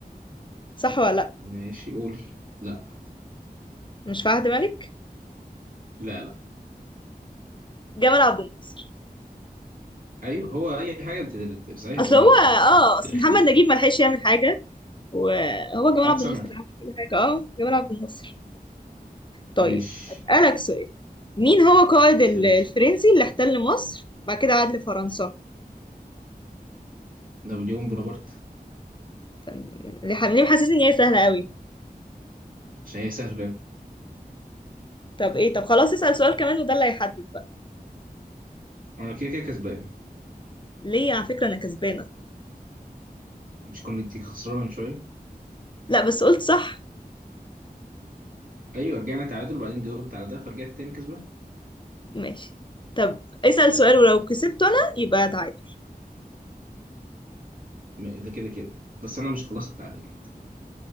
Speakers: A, on the left (about 30°); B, on the right (about 60°).
A: صح ولا لا
B: ماشي قول لا
A: مش فهد ملك
B: لا لا
A: جمال عبد الناصر
B: ايوه هو اي حاجة انت صحيح جمال
A: اصل هو
B: عبد
A: اه
B: الناصر عامة في التاريخ
A: اصل محمد
B: ال-
A: نجيب ما لحقش يعمل حاجه وهو
B: قعد
A: جمال عبد
B: سنة
A: الناصر اللي عمل كل حاجه اه جمال عبد الناصر طيب
B: ماشي
A: اسالك سؤال مين هو قائد ال-
B: سيريس
A: الفرنسي اللي احتل مصر بعد كده عاد لفرنسا
B: نابليون بونابرت
A: طب ليه ليه محسسني ان هي سهله قوي
B: عشان هي سهل فاهم
A: طب ايه طب خلاص اسال سؤال كمان وده اللي هيحدد بقى
B: انا كده كده كسبان
A: ليه على فكره انا كسبانه
B: مش كنت خسران من شوية
A: لا بس قلت صح
B: ايوه رجعنا تعادل بعدين جاوبت على ده فرجعت تاني كسبان
A: ماشي طب اسال سؤال ولو كسبت انا يبقى تعادل
B: ما- ده كده كده بس انا مش خلاص التعادل عامة